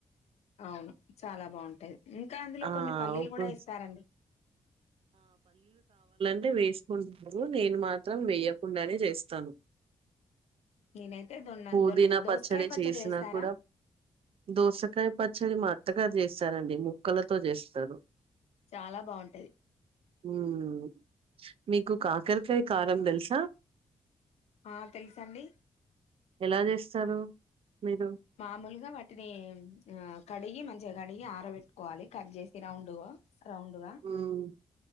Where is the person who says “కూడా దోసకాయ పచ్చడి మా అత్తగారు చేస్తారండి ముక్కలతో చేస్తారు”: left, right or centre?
Right